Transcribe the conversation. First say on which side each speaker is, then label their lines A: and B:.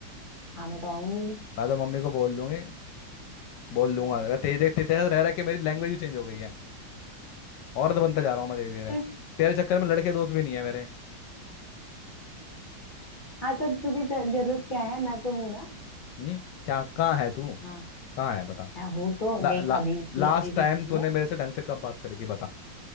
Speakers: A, on the left; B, on the left.
A: हाँ मैं तो आऊंगी
B: मैं तो मम्मी को बोल दूंगी बोल
A: हम्म।
B: दूंगा अगर तेरे देख तेरे साथ रह रहा कि मेरी लैंग्वेज भी चेंज हो गई है औरत बनता जा रहा हूँ मैं धीरे धीरे
A: <laughs>
B: तेरे चक्कर में लड़के दोस्त भी नहीं है मेरे
A: हाँ तो तुझे ज- जरूरत क्या है मैं तो हूँ ना
B: हम्म क्या कहाँ है तू
A: हाँ
B: कहाँ है बता
A: मैं हूँ तो
B: ला,
A: देख
B: ला,
A: अभी भी
B: लास्ट
A: अभी
B: टाइम
A: भी तो
B: तूने
A: हूँ
B: मेरे से ढंग से कब बात करी थी बता